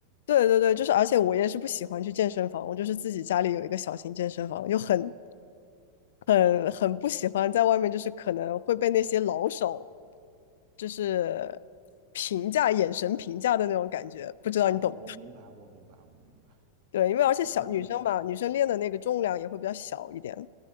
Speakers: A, on the left (about 60°); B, on the right (about 45°).
A: 对对对，就是而且我也是不喜欢去健身房，我就是自己家里有一个小型健身房，就很很很不喜欢在外面，就是可能会被那些老手就是评价眼神评价的那种感觉，不知道你懂？
B: 哦，我明白，我明白，我明白。
A: 对，因为而且小女生嘛，
B: 那那能，
A: 女生练的那个重量也会比较小一点。